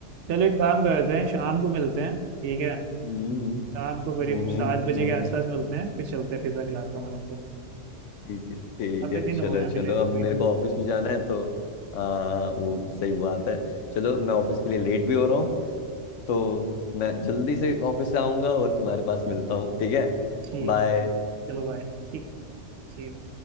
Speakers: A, on the right; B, on the left.
A: चलो एक काम करते हैं शाम को मिलते हैं ठीक है
B: हम्म
A: शाम को करीब
B: हम्म
A: सात
B: हम्म,
A: बजे
B: हम्म।
A: के आसपास मिलते हैं फिर चलते हैं पिज्ज़ा खिलाता हूँ मैं तुमको
B: ठीक है ठीक
A: काफी
B: है चलो
A: दिन हो गया
B: चलो
A: मिले हुए
B: अब मेरे
A: भी
B: को ऑफिस में जाना है तो आ, वो सही बात है चलो मैं ऑफिस के लिए लेट भी हो रहा हूँ तो मैं जल्दी से ऑफिस आऊंगा और तुम्हारे पास मिलता हूँ ठीक है
A: ठीक
B: बाय
A: चलो बाय ठीक see you.